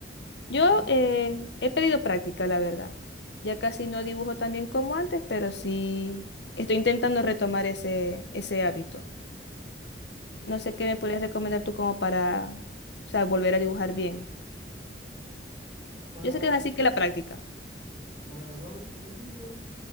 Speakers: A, on the left; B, on the right.
A: Yo
B: Tengo-
A: eh, he
B: ajá,
A: pedido práctica, la verdad. Ya casi no dibujo tan bien como antes, pero sí estoy intentando retomar ese, ese hábito. No
B: claro,
A: sé qué me podrías recomendar tú como para, o sea, volver a dibujar bien.
B: claro. Para,
A: Yo sé que es así que la práctica.
B: para agarrar el hilo,